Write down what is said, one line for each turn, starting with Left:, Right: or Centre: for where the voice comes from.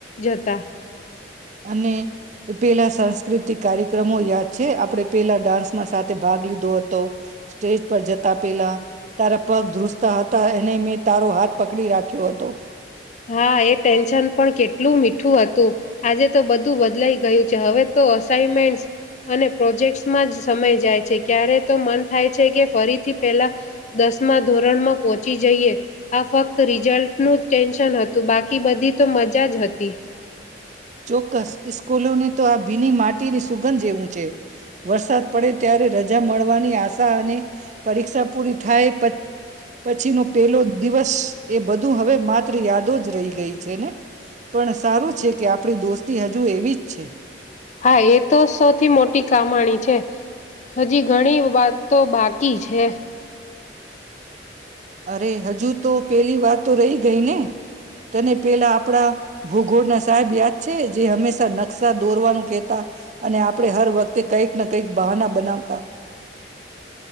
Left: જતા.
Right: અને પેલા સાંસ્કૃતિક કાર્યક્રમો યાદ છે? આપણે પેલા ડાન્સમાં સાથે ભાગ લીધો હતો સ્ટેજ પર જતા પેલા તારા પગ ધ્રુજતા હ તા એને મેં તારો હાથ પકડી રાખ્યો હતો.
Left: હા એ ટેન્શન પણ કેટલું મીઠું હતું આજે તો બધું બદલાઈ ગયું છે હવે તો અસાઇમેન્ટસ અને પ્રોજેક્ટ્સમાં જ સમય જાય છે ક્યારે તો મન થાય છે કે ફરીથી પેલા દસમા ધોરણમાં પહોંચી જઈએ આ ફક્ત રિઝલ્ટનું જ ટેન્શ હતું બાકી બધી તો મજા જ હતી.
Right: ચોક્કસ ઇસ્કૂલોને તો આ ભીની માટ ટીની સુગંધ જેવું છે. વરસાદ પડે ત્યારે રજા મળવાની આ શા અને પરીક્ષા પૂરી થાય પ પછીનો પેલો દિવસ એ બધું હવે માત્ર યાદ દો જ રહી ગઈ છે ને? પણ સારું છે આપણી દોસ્તી હજુ એવી જ છે.
Left: હા એ તો સૌથી મોટી કમાણી છે હજી ઘણી વાતો તો બાક કી છે.
Right: અરે હજુ તો પેલી વાતો રહી ગઈ ને? તને પેલા આપડા ભૂગોળના સાહેબ યાદ છે જે હંમેશ નકશા દોરવાનું કેહતા અને આપડે હર વખતે કઈક ના કંઈક બહાના બનાવતા.